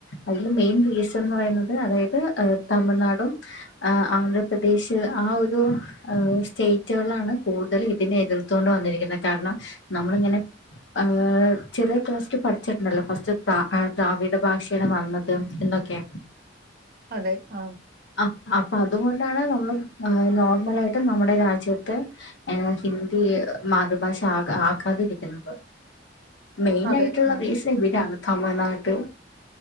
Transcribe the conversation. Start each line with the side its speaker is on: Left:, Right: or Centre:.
Left: അയ്ല് മെയിൻ റീസൺ ന്ന് പറയ്ന്നത് അതായത് എഹ് തമിഴ്നാടും ആഹ് ആന്ധ്രപ്രദേശ് ആ ഒരു ഏഹ് സ്റ്റേറ്റുകളാണ് കൂടുതലും ഇതിനെ എതിർത്തുകൊണ്ട് വന്നിരിക്കുന്നെ. കാരണം നമ്മളിങ്ങനെ ഏഹ് ചെറിയ ക്ലാസ്സിൽ പഠിച്ചിട്ടുണ്ടല്ലോ ഫസ്റ്റ് ത ദ്രാവിഡ ഭാഷയാണ് വന്നതും എന്നൊക്കെ
Right: അതെ ആഹ്.
Left: ആഹ്. അപ്പൊ അതുകൊണ്ടാണ് നമ്മൾ നോർമലായിട്ടും നമ്മുടെ രാജ്യത്ത് ഏഹ് ഹിന്ദി മാതൃഭാഷ ആകാ ആക്കാതിരി ക്ക്ന്നത്. മെയിൻ
Right: അതെ
Left: ആയിട്ടുള്ള
Right: ആഹ്
Left: റീസൺ ഇവരാണ് തമിഴ്നാട്